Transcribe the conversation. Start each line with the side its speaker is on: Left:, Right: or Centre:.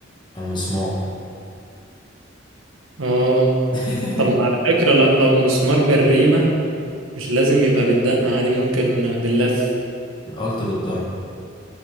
Left: المسمار
Right: اه
Left: <laughs>
Right: طب ما على فكرة لا لو مسمار بالريمة مش لازم يبقى بالدقة عادي ممكن باللف
Left: انا قلت بالضرب